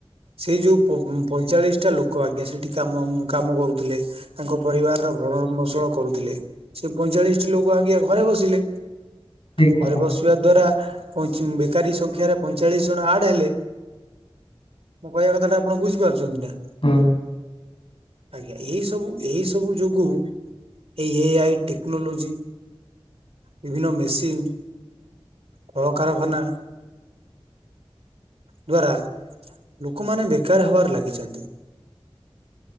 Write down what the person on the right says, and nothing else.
ସେଇ ଯୋଉ ପ-ପଇଁଚାଳିଶ ଟା ଲୋକ ଆଜ୍ଞା ସେଠି କାମ-କାମ କରୁଥିଲେ। ତାଙ୍କ ପରିବାରର ଭରଣଭୋଷଣ କରୁଥିଲେ। ସେ ପଇଁଚାଳିଶଟି ଲୋକ ଆଜ୍ଞା ଘରେ ବସିଲେ।
ଘରେ
ବସିବା ଦ୍ଵାରା ପଇଁଚି ବେକାରୀ ସଂଖ୍ୟାରେ ପଇଁଚାଳିଶ ଜଣ ଆଡ ହେଲେ ମୁଁ କହିବା କଥା ଟା ଆପଣ ବୁଝିପାରୁଚନ୍ତି ନା?
ଆଜ୍ଞା ଏହି ସବୁ ଏହି ସବୁ ଯୋଗୁ ଏଇ ଏ ଆଇ ଟେକ୍ନୋଲୋଜି, ବିଭିନ୍ନ ମେସିନ, କଳକାରଖାନା ଦ୍ୱାରା ଲୋକମାନେ ବେକାର ହେବାରେ ଲାଗିଚନ୍ତି।